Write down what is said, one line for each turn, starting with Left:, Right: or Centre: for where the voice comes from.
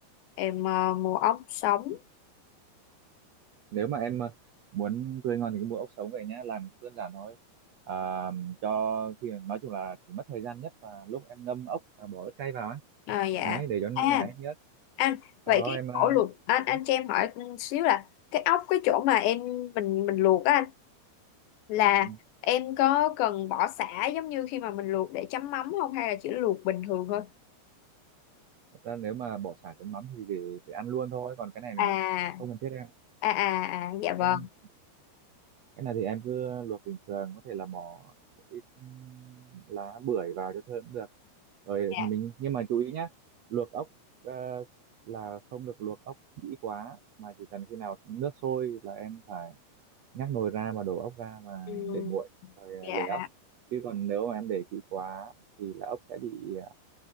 Left: em ờ, mua ốc sống.
Right: nếu mà em ờ, muốn tươi ngon thì cứ mua ốc sống về nhá làm cũng đơn giản thôi à, cho thì nói chung là chỉ mất thời gian nhất và lúc em ngâm ốc và bỏ ớt cay vào ấy
Left: À, dạ.
Right: đấy để cho nó
Left: À
Right: nhái nhất
Left: anh vậy
Right: sau đó
Left: cái
Right: em ờ,
Left: ổ luộc anh anh
Right: ừ,
Left: cho em hỏi xíu là cái ốc cái chỗ mà em mình mình luộc á anh là
Right: ừ.
Left: em có cần bỏ sả giống như khi mà mình luộc để chấm mắm không hay là chỉ luộc bình thường thôi?
Right: thật ra nếu mà bỏ sả chấm mắm thì để, để ăn luôn thôi còn cái này là
Left: À
Right: không cần thiết em
Left: à à,
Right: Ừ.
Left: à dạ vâng.
Right: em cái này thì em cứ luộc bình thường có thể là bỏ một ít ừm, lá bưởi vào cho thơm cũng được rồi
Left: Dạ.
Right: mình nhưng mà chú ý nhá luộc ốc ờ, là không được luộc ốc kỹ quá mà chỉ cần khi nào nước sôi là em phải nhắc nồi ra mà đổ ốc ra mà
Left: Ừ,
Right: để nguội rồi
Left: dạ
Right: ờ, lấy ốc chứ còn nếu mà em để kỹ quá thì là ốc sẽ bị ờ,